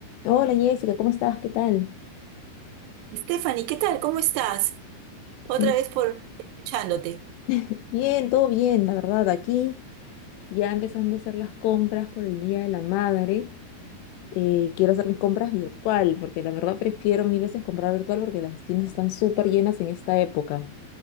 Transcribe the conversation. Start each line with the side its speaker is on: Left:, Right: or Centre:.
Left: Hola Jessica, ¿cómo estás? ¿Qué tal?
Right: Stephanie, ¿qué tal? ¿Cómo estás? Otra
Left: Mm,
Right: vez por escuchándote.
Left: Bien, todo bien, la verdad. Aquí ya empezando a hacer las compras por el Día de la Madre. Eh, quiero hacer mis compras virtual, porque la verdad prefiero mil veces comprar virtual porque las tiendas están súper llenas en esta época.